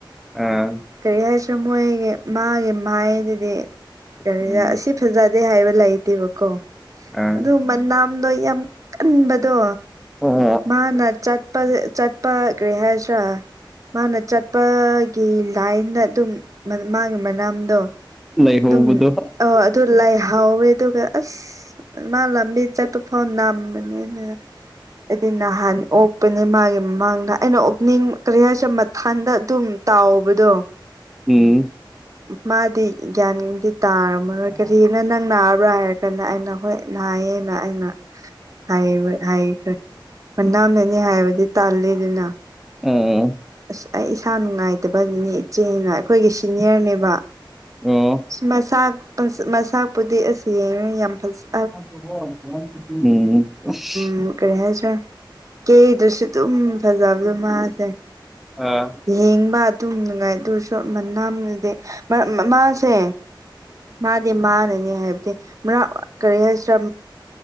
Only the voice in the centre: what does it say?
ꯑꯥ
ꯎꯝ
ꯑꯥ
ꯑꯣ
ꯂꯩꯍꯧꯕꯗꯣ
ꯎꯝ
ꯑꯥ
ꯑꯣ
ꯎꯝ
ꯑꯣ
ꯎꯝ
ꯑ